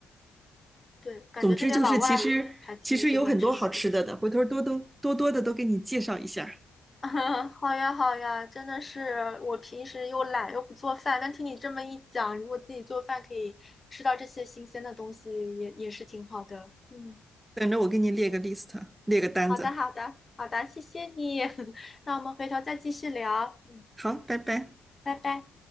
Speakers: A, on the left; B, on the right.
A: 对，感觉这边老外还挺喜欢吃杏。
B: 总之就是，其实其实有很多好吃的的，回头多多多多的都给你介绍一下，
A: <laughs> 好呀好呀，真的是我平时又懒又不做饭，但听你这么一讲，如果自己做饭可以吃到这些新鲜的东西也，也是挺好的。嗯，
B: 等着我给你列个 list，列个单子。
A: 好的好的好的，谢谢你，<laughs> 那我们回头再继续聊，嗯
B: 好，拜拜。
A: 拜拜。